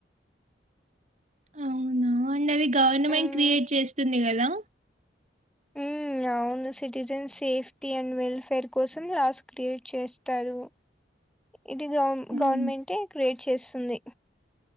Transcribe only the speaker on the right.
అవునా అండ్ అది గవర్నమెంట్
క్రియేట్ చేస్తుంది కదా
మ్మ్.